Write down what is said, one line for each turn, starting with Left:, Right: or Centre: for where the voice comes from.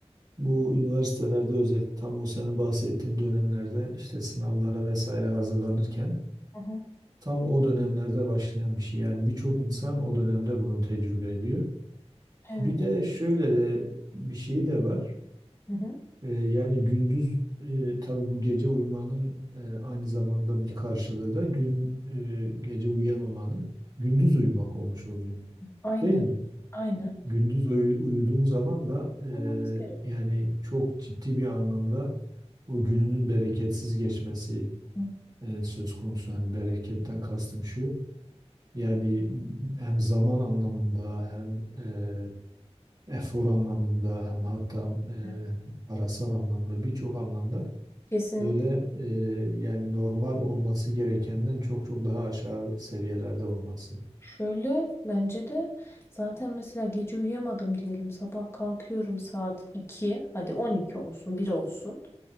Right: Bu üniversitelerde özellikle tam o senin bahsettiğin dönemlerde işte sınavlara vesaire hazırlanırken
Left: Hı hı.
Right: tam o dönemlerde başlayan bir şey. Yani birçok insan o dönemde bunu tecrübe ediyor.
Left: Evet.
Right: Bir de şöyle de bir şey de var.
Left: Hı hı.
Right: Ee, yani gündüz e, tabii bu gece uyumanın e, aynı zamanda bir karşılığı da gün e, gece uyuyamamanın gündüz uyumak olmuş oluyor.
Left: Aynı.
Right: Değil mi?
Left: Aynı.
Right: Gündüz uyu- uyuduğun zaman da eee,
Left: Olmamız gerekiyor.
Right: yani çok ciddi bir anlamda o gününün bereketsiz geçmesi
Left: Hı.
Right: eee, söz konusu. Yani bereketten
Left: hı.
Right: kastım şu. Yani hem zaman anlamında hem eee, efor anlamında hem hatta eee,
Left: Evet.
Right: parasal anlamda birçok anlamda
Left: Kesinlikle.
Right: böyle eee, yani normal olması gerekenden çok çok daha aşağı seviyelerde olması.
Left: Şöyle bence de zaten mesela gece uyuyamadım diyelim sabah kalkıyorum saat 2. hadi 12 olsun bir olsun.